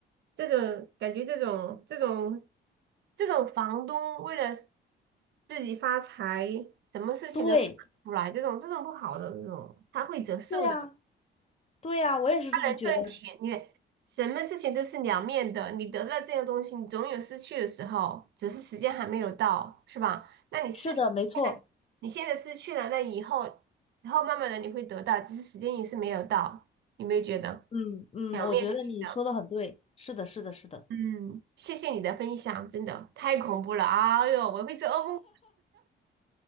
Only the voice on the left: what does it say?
对，
对呀，对呀，我也是这么觉得。
是的，没错。
嗯嗯，
我觉得你说的很对，是的，是的，是的。